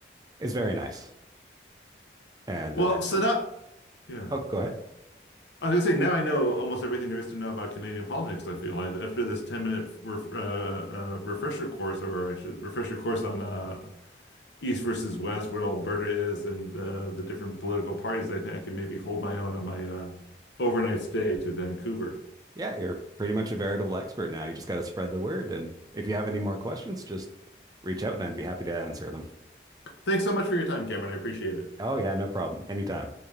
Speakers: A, on the right (about 20°); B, on the left (about 85°).
A: is very nice. And
B: Well,
A: uh,
B: so not yeah.
A: oh, go ahead.
B: I was gonna say now I know almost everything there is to know about Canadian politics. I feel like after this ten minute ref, uh, uh, refresher course, or I should refresher course on uh, East versus West, where Alberta is, and the the different political parties. I think I can maybe hold my own on my uh, overnight stay to Vancouver.
A: Yeah, you're pretty much a veritable expert now. You just got to spread the word. And if you have any more questions, just reach out and I'd be happy to answer them.
B: Thanks so much for your time, Cameron. I appreciate it.
A: Oh yeah, no problem. Anytime.